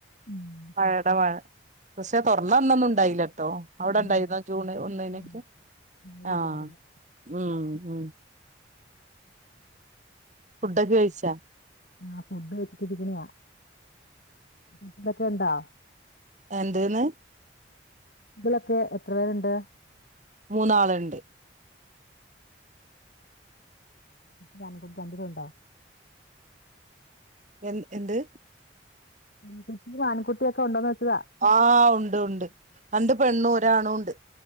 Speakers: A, on the left; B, on the right.
A: ഉം
B: മഴയുടെ മഴ പക്ഷേ തുറന്ന വന്നൊന്നും ഉണ്ടായില്ല കേട്ടോ അവിടെ
A: അന്നുണ്ട്
B: ഇണ്ടായിരുന്ന ജൂണ് ഒന്നിനേക്ക്
A: മഴയില്ല മഴയില്ലായിരുന്നു
B: ആഹ് ഉം ഫുഡൊക്കെ കഴിച്ചാ
A: ആ ഫുഡ് വെച്ചിട്ടി ഇരിക്കണിയാ ഫുഡൊക്കെ ഉണ്ടോ
B: എന്തന്ന്
A: കളൊക്കെ എത്ര പേരുണ്ട്
B: മൂന്നാളണ്ട്
A: ഞാൻ കുടിക്കാണ്ട ഇത് ഉണ്ടാവോ
B: എഹ് എന്ത്
A: പെൺകുട്ടും ആൺകുട്ടിയ ഒക്കെ ഉണ്ടോന്ന് വെച്ചതാ
B: ആഹ് ഉണ്ട് ഉണ്ട് രണ്ട് പെണ്ണുരാണണ്ട്